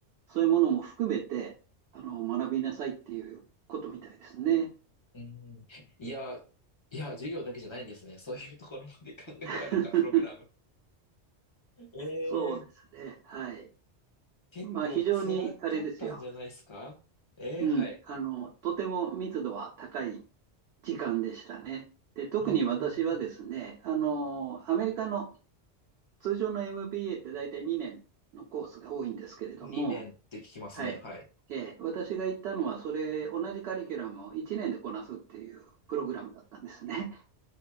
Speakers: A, on the right (about 65°); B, on the left (about 40°).
A: そういうものも含めて、あの、学びなさいっていうことみたいですね。
B: うん。いや、いや、授業だけじゃないんですね。そういうところまで考えられたプログラム。
A: <laughs>
B: ええ
A: そうですね。はい。
B: 結構辛かったんじゃないですかええはい。
A: まあ、非常にあれですよ。うん。あの、とても密度は高い時間でしたね。で、特に私はですね、
B: うんうん
A: あの、アメリカの通常の MBA って大体2年のコースが多いんですけれども、
B: うん。2年って聞きますね。
A: はい。
B: はい。
A: えー私が行ったのは、それ、同じカリキュラムを1年でこなすっていうプログラムだったんですね。<laughs>